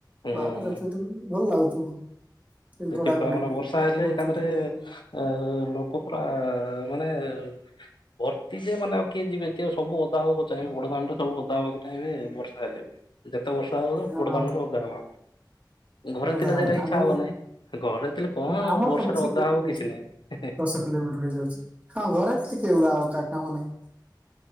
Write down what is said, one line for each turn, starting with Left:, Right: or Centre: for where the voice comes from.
Left: ହୁଁ।
Right: ବାପରେ ପିନ୍ଧିଲୁନ ଭଲ ଲାଗୁଥିବ।
Left: ସେଠି
Right: ଗଡା
Left: ପୁରା
Right: ଗଡି
Left: ମାନେ ବର୍ଷା ହେଲେ
Right: ହଉଥିଲା
Left: ଏକାଥରେଏ ଅ ଲୋକ ପୁରାଆ। ଆ ମାନେ ଏ ଭର୍ତ୍ତି ଯେ ମାନେ ଆଉ କିଏ ଯିବେ ଏତିକ ସବୁ ଓଦା ହେବା ଚାହିଁବେ ବଡଦାଣ୍ଡ ସବୁ ଓଦା ହବାକୁ ଚାହିଁବେ ବର୍ଷା ହେଲେ। ଯେତେ ବର୍ଷା ହଉଥାଉ
Right: ହଁ
Left: ବଡ଼ ଦାଣ୍ଡରେ ଓଦା ହବ, ଘରେ
Right: ଅଧା
Left: ଥିଲେ ସେଇଟା
Right: କଥା
Left: ଇଚ୍ଛା
Right: ମୁଁ
Left: ହବ ନାହିଁ। ଘରେ ଥିଲେ କଣ
Right: ଆମର
Left: ଆଉ ବର୍ଷାରେ
Right: ତ ବେଶୀ
Left: ଓଦା
Right: ଦୂର
Left: ହବ
Right: ହେଇଯାଉଛି
Left: କିଛି ନାହିଁ।
Right: ଦଶ କିଲୋମିଟର ହେଇଯାଉଚି ହଁ ଘରେ କିଏ ଆଉ କା କାହା କାମ ନାହିଁ।